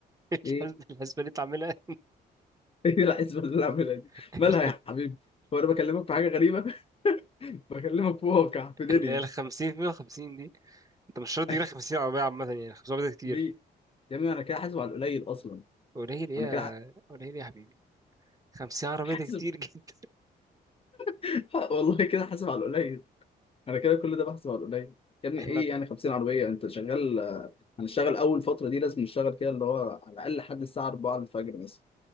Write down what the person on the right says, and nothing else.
<laughs>
الحسبة اللي أنت عاملها
<laughs>
اللي هي ال 50 150 دي أنت مش شرط تجيب
50 عربية عامة يعني 50 عربية ده كتير
قليل إيه
يا
قليل إيه يا حبيبي 50 عربية
ده كتير جدا
<laughs> إحنا